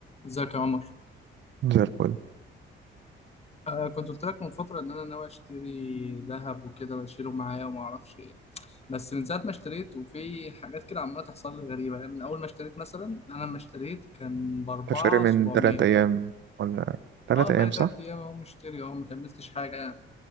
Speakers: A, on the left; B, on the right.
A: ازيك يا عمر
B: زي الفل
A: آه كنت قلت لك من فترة إن أنا ناوي أشتري ذهب وكده وأشيله معايا وما أعرفش إيه بس من ساعة ما اشتريت وفي حاجات كده عمالة تحصل لي غريبة يعني من أول ما اشتريت مثلا أنا لما اشتريت كان بأربعة
B: تشتري من
A: سبعمية
B: تلات أيام ولا تلات
A: أه بقالي
B: أيام صح؟
A: تلات أيام أهو مشتري أهو مكملتش حاجة يعني